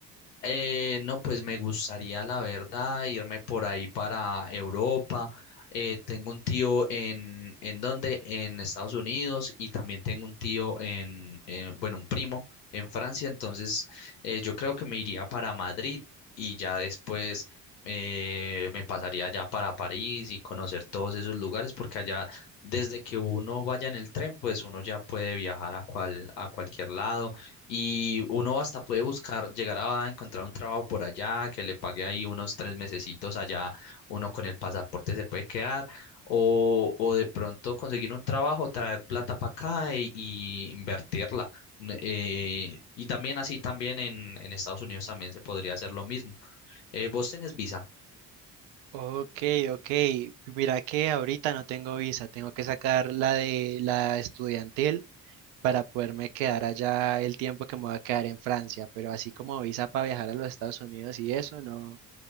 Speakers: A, on the left (about 80°); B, on the right (about 65°).
A: Eh, no, pues me gustaría, la verdad, irme por ahí para Europa. Eh, tengo un tío en, ¿en dónde? En Estados Unidos y también tengo un tío en, eh, bueno, un primo en Francia. Entonces, eh, yo creo que me iría para Madrid y ya después eh, me pasaría ya para París y conocer todos esos lugares, porque allá, desde que uno vaya en el tren, pues uno ya puede viajar a cual, a cualquier lado y uno hasta puede buscar, llegar a encontrar un trabajo por allá, que le pague ahí unos tres mesecitos allá, uno con el pasaporte se puede quedar, o, o de pronto conseguir un trabajo, traer plata para acá y, y invertirla. N- eh, y también así, también en, en Estados Unidos también se podría hacer lo mismo. Eh, ¿vos tenés visa?
B: Ok, ok. Mira que ahorita no tengo visa, tengo que sacar la de la estudiantil para poderme quedar allá el tiempo que me voy a quedar en Francia, pero así como visa para viajar a los Estados Unidos y eso, no,